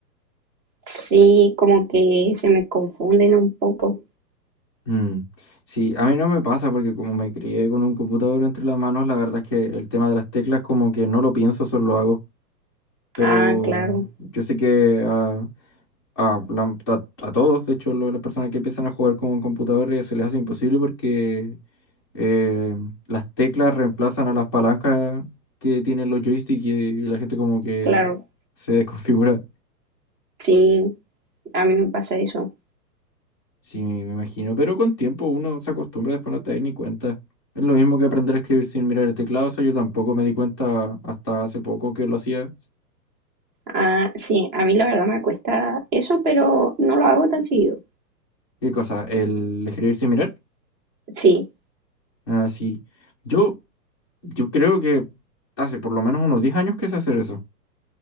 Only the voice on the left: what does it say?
Mm. Sí, a mí no me pasa porque como me crié con un computador entre las manos, la verdad es que el tema de las teclas como que no lo pienso, solo lo hago. Pero
yo sé que a, a, la- a- a todos, de hecho, lo- las personas que empiezan a jugar con un computador eh, se les hace imposible porque eh, las teclas reemplazan a las palancas que tienen los joysticks y, y la gente como que
se desconfigura.
Sí, me imagino, pero con tiempo uno se acostumbra, después no te das ni cuenta. Es lo mismo que aprender a escribir sin mirar el teclado, o sea yo tampoco me di cuenta hasta hace poco que lo hacía.
¿Qué cosa? ¿El escribir sin mirar?
Ah, sí. Yo, yo creo que hace por lo menos unos 10 años que sé hacer eso.